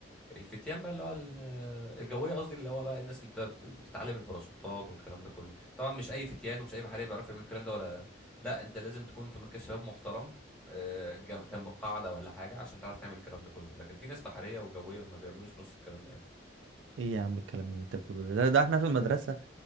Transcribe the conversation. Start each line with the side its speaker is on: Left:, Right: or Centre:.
Centre: الفتيان بقى اللي هو ال- الجويه قصدي اللي هو بقى الناس اللي بت- بت- بتتعلم الباراشوتات والكلام ده كله طبعا مش اي فتيان ومش اي بحريه بيعرف يعمل الكلام ده ولا لا انت لازم تكون في مركز شباب محترم آه، جم- كان بالقاعده ولا حاجه عشان تعرف تعمل الكلام ده كله لكن في ناس بحريه وجويه ما بيعملوش نص الكلام ده يعني
Right: ايه يا عم الكلام اللي انت بتقوله ده ده ده احنا في المدرسه